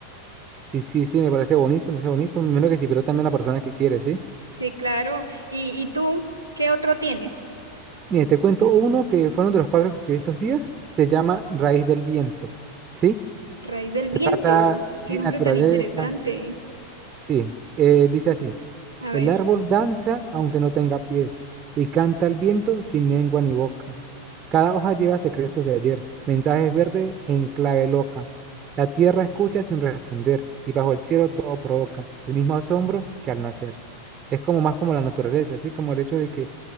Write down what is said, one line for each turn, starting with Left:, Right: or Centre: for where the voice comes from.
Right: Sí, sí, sí, me parece bonito, me parece bonito, menos que sí, pero también la persona que quiere, ¿sí?
Left: Sí, claro. ¿Y, y tú qué otro tienes?
Right: Mire, te cuento uno que fue uno de los cuadros que escribí estos días, se llama Raíz del Viento, ¿sí?
Left: Raíz del
Right: Se
Left: viento.
Right: trata
Left: Qué
Right: de
Left: nombre
Right: naturaleza,
Left: tan interesante.
Right: sí, eh, dice así.
Left: A
Right: El
Left: ver.
Right: árbol danza aunque no tenga pies y canta al viento sin lengua ni boca. Cada hoja lleva secretos de ayer, mensajes verdes en clave loca. La tierra escucha sin responder y bajo el cielo todo provoca el mismo asombro que al nacer. Es como más como la naturaleza, así como el hecho de que